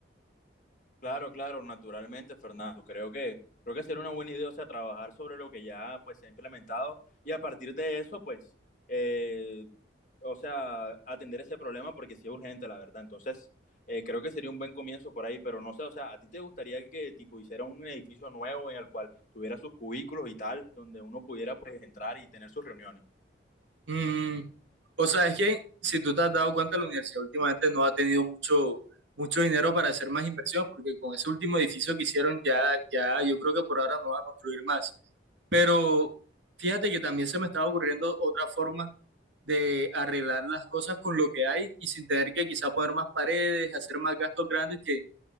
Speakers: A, on the left (about 45°); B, on the right (about 80°).
A: Claro, claro, naturalmente, Fernando. Creo que creo que sería una buena idea, o sea, trabajar sobre lo que ya pues se ha implementado y a partir de eso, pues, eh, o sea, atender ese problema porque sí es urgente, la verdad. Entonces, eh, creo que sería un buen comienzo por ahí, pero no sé, o sea, ¿a ti te gustaría que tipo hiciera un edificio nuevo en el cual tuviera sus cubículos y tal, donde uno pudiera pues entrar y tener sus reuniones?
B: Mm, o sea, es que si tú te has dado cuenta, la universidad últimamente no ha tenido mucho, mucho dinero para hacer más inversiones, porque con ese último edificio que hicieron ya, ya yo creo que por ahora no va a construir más. Pero fíjate que también se me estaba ocurriendo otra forma de arreglar las cosas con lo que hay y sin tener que quizá poner más paredes, hacer más gastos grandes que...